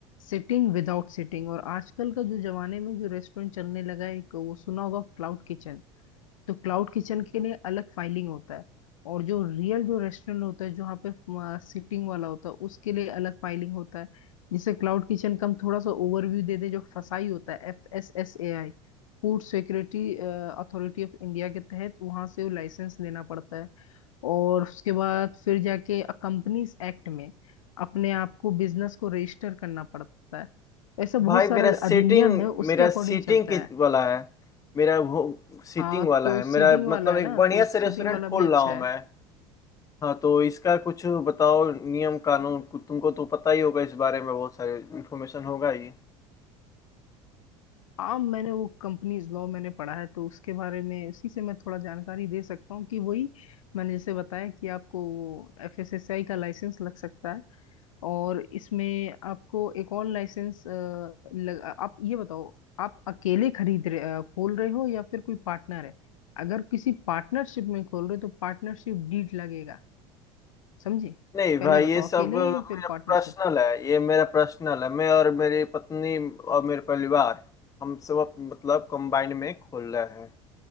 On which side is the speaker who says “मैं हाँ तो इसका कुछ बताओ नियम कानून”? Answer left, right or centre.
Left